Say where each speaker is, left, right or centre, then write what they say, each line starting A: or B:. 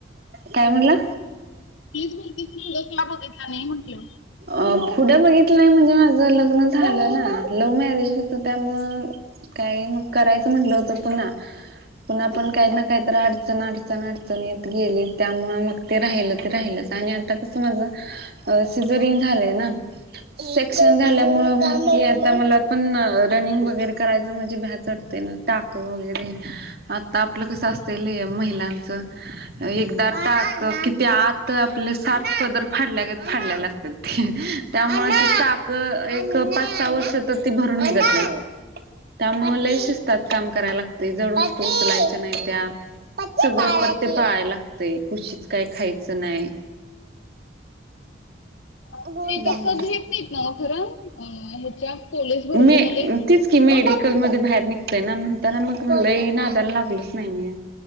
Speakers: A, on the right (about 55°); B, on the left (about 80°).
A: काय म्हणला?
B: <unintelligible> भरतीच <unintelligible> बघितला नाही म्हंटलं.
A: अ पुढे बघितलं नाही म्हणजे, माझं लग्न झालं ना लव्ह मॅरेज होतं त्यामुळे काही मग करायचं म्हटलं होतं पुन्हा. पुन्ह पण काही ना काहीतर अडचण अडचण अडचण येत गेली त्यामुळे मग ते राहिलं ते राहिलच आणि आता कसं माझ अ <unintelligible> सेक्शन झाल्यामुळे मग की आता मला पण रनिंग वगैरे करायचं म्हणझी भ्याच वाटतय टाक वगैरे. आता आपलं कसं असतल महिलांचं एकदा टाकं किती आत आपले सात पदर फाडल्यागत फाडलेल असतय. त्यामुळे चाक एक पाच सहा वर्ष तर भरून निघत नाही. त्यामुळे लय शिस्तात काम करायला लागते जडत वस्तू उचलायच्या नाही त्या. सगळे पथ्ये पाळायला लागते कुशीच काय खायचं नाही. गोंद
B: ती तस घेत नाहीत ना खर अ ह्याच्या पोलीस भरतीमध्ये.
A: मी तिचं की मेडिकल मध्ये बाहेर निघतय ना म्हणताना मग लई नादायला लागलच नाही मी.